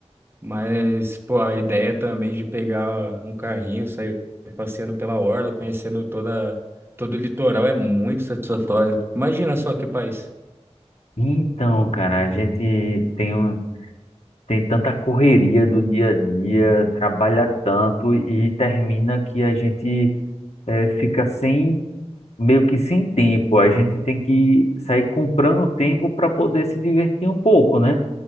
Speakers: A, on the right; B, on the left.
A: Mas, pô, a ideia também de pegar um carrinho, sair passeando pela orla, conhecendo toda, todo o litoral é muito satisfatório. Imagina só que país.
B: Então, cara, a gente tem um tem tanta correria do dia a dia, trabalha tanto e termina que a gente eh, fica sem, meio que sem tempo. A gente tem que sair comprando tempo para poder se divertir um pouco, né?